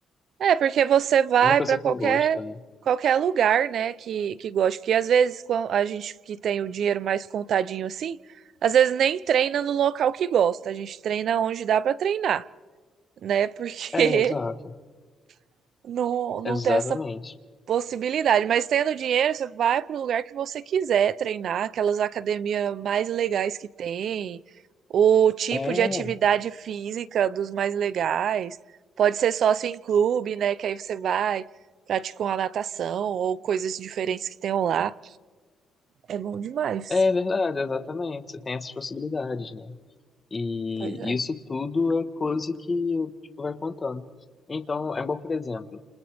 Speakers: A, on the right; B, on the left.
A: É, porque você vai
B: É uma coisa
A: para qualquer
B: que eu gosto, né?
A: qualquer lugar, né, que que goste, porque às vezes quando a gente que tem o dinheiro mais contadinho assim, às vezes nem treina no local que gosta, a gente treina onde dá para treinar, né? Porque
B: É, exato.
A: <laughs> não não
B: Exatamente.
A: tem essa possibilidade. Mas tendo dinheiro, você vai para o lugar que você quiser treinar, aquelas academias mais legais que tem, o tipo
B: É,
A: de atividade física dos mais legais. Pode ser sócio em clube, né? Que aí você vai, pratica uma natação ou coisas diferentes que tenham lá. É bom demais.
B: é verdade, exatamente. Você tem essas possibilidades, né? E
A: Pois é.
B: isso tudo é coisa que tipo, vai contando. Então, é igual, por exemplo,